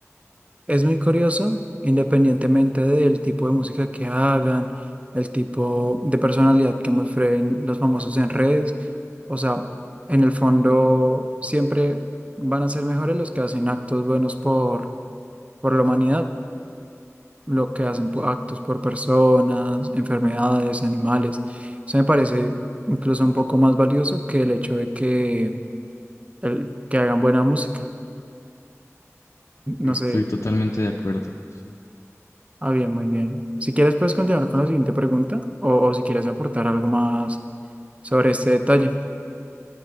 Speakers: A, on the right; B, on the left.
A: Es muy curioso, independientemente del tipo de música que hagan, el tipo de personalidad que muestren los famosos en redes. O sea, en el fondo siempre van a ser mejores los que hacen actos buenos por, por la humanidad, lo que hacen po- actos por personas, enfermedades, animales. Eso me parece incluso un poco más valioso que el hecho de que, el, que hagan buena música.
B: Estoy
A: No sé
B: totalmente de acuerdo. Sí.
A: Ah, bien, muy bien. Si quieres, puedes continuar con la siguiente pregunta o, o si quieres aportar algo más sobre este detalle.